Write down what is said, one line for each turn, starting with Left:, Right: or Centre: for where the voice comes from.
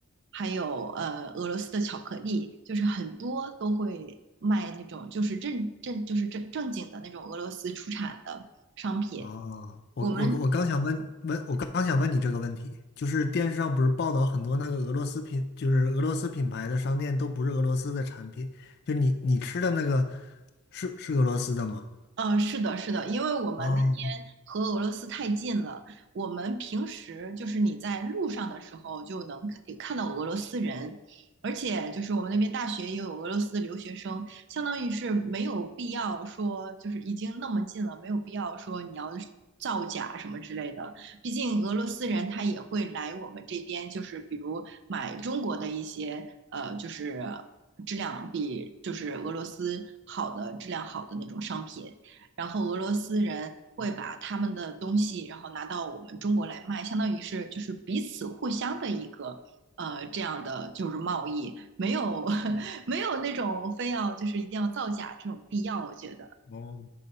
Right: 还有呃俄罗斯的巧克力，就是很多都会卖那种就是正正就是正正经的那种俄罗斯出产的商品。
Left: 哦，我我我刚想问问，
Right: 我们
Left: 我刚想问你这个问题，就是电视上不是报道很多那个俄罗斯品，就是俄罗斯品牌的商店都不是俄罗斯的产品，就你你吃的那个是是俄罗斯的吗？
Right: 呃，是的，是的，因为我们那边和俄罗斯太近了，
Left: 哦
Right: 我们平时就是你在路上的时候就能看看到俄罗斯人，而且就是我们那边大学也有俄罗斯留学生，相当于是没有必要说就是已经那么近了，没有必要说你要是造假什么之类的，毕竟俄罗斯人他也会来我们这边，就是比如买中国的一些呃，就是质量比就是俄罗斯好的质量好的那种商品。然后俄罗斯人会把他们的东西，然后拿到我们中国来卖，相当于是就是彼此互相的一个呃这样的就是贸易，没有 <laughs> 没有那种非要就是一定要造假这种必要，我觉得。
Left: 哦，